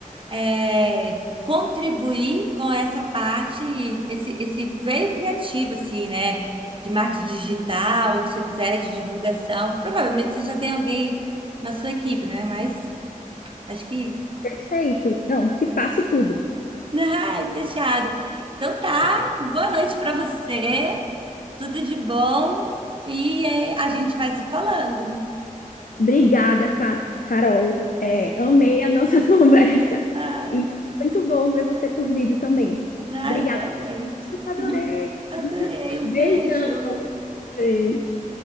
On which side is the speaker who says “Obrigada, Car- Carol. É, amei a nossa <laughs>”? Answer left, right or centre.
Left